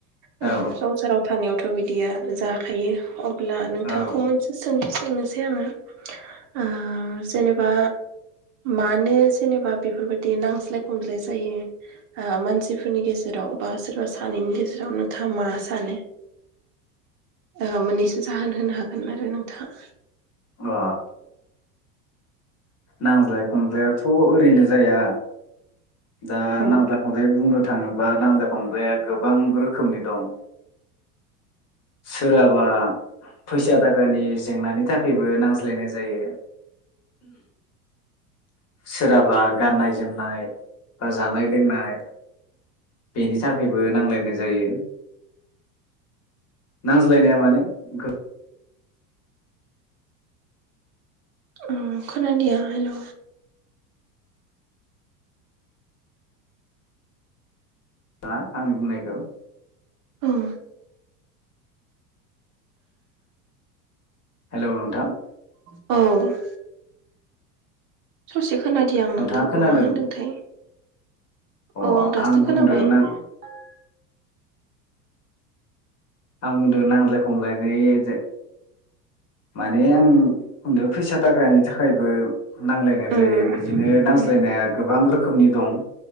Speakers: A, on the right (about 45°); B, on the left (about 35°).
A: ओ
B: औ
A: संसाराव सानैवथ' बिदिया जाखायो अब्ला नोंथांखौ
B: औ अ
A: मोनसे सोंथि सोंनोसै आङो ओ जेनेबा मानो जेनेबा बेफोरबायदि नांज्लाय खमज्लाय जायो ओ मानसिफोरनि गेजेराव बा सोरबा सानैनि गेजेराव नोंथाङा मा सानो ओ मोननैसो जाहोन होनो हागोन आरो नोंथाङा
B: अ नांज्लाय खमजायाथ' ओरैनो जाया दा
A: औ
B: नांजाय खमलाय बुंनो थाङोबा नांज्लाय खमज्लाया गोबां रोखोमनि दं सोरहाबा फैसा थाखानि जेंनानि थाखायबो नांज्लायनाय जायो सोरहाबा गाननाय जोमनाय बा जानाय लोंनाय बेनि थाखायबो नांलायनाय जायो नांज्लायनाया माने गा
A: उम खाोनादिया हेल'
B: ना आंनि बुंनायखौ?
A: ओम ।
B: हेल' नोंथां ।
A: औ । ससे खोनादिया आं
B: नोंथाङा
A: नोंथांखौ
B: खोनादों
A: मा होनदोंथाय?
B: अ
A: औ आं दासो
B: बुंदों
A: खोनाबाय
B: ना
A: ।
B: आं बुंदों नांज्लाय खामनायनि जे माने आं बुंदों फैसा थाखानि थाखाय थाखायबो नांलायनाय
A: उम
B: जायो बिदिनो
A: उम
B: नांज्लायनाया गोबां रोखोम रोखोमनि दं ।